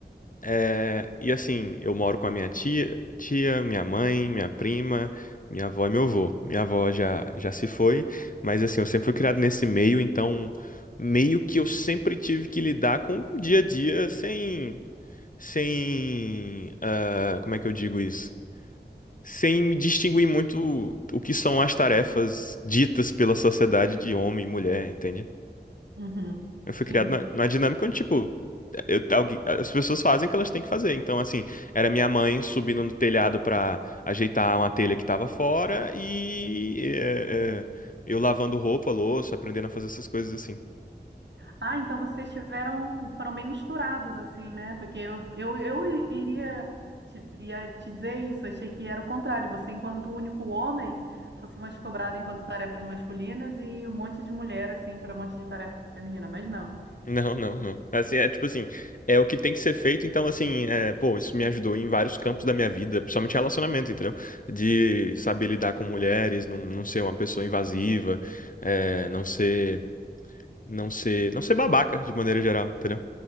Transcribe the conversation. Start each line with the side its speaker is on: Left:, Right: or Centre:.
Left: É, E assim, eu moro com a minha tia, tia, minha mãe, minha prima, minha avó e meu avô. Minha avó já, já se foi, mas assim, eu sempre fui criado nesse meio, então meio que eu sempre tive que lidar com o dia a dia sem, sem, ah, como é que eu digo isso? sem me distinguir muito o que são as tarefas ditas pela sociedade de homem e mulher, entende?
Right: Uhum,
Left: Eu fui
Right: Sim.
Left: criado na, na dinâmica onde, tipo, eu- alguém- as pessoas fazem o que elas têm que fazer. Então, assim, era minha mãe subindo no telhado pra ajeitar uma telha que tava fora e é, é, eu lavando roupa, louça, aprendendo a fazer essas coisas assim.
Right: Ah, então vocês tiveram, foram bem misturados assim, né? Porque eu, eu, eu iria te, ia te dizer isso, achei que era o contrário. Você, enquanto único homem, fosse mais cobrado enquanto tarefas masculinas e um monte de mulher assim para um monte de tarefa feminina, mas não.
Left: Não, não, não. Assim, é tipo assim, é o que tem que ser feito, então assim, é, pô, isso me ajudou em vários campos da minha vida, principalmente relacionamento, entendeu? De saber lidar com mulheres, não, não ser uma pessoa invasiva, é, não ser, não ser, não ser babaca de maneira geral, entendeu?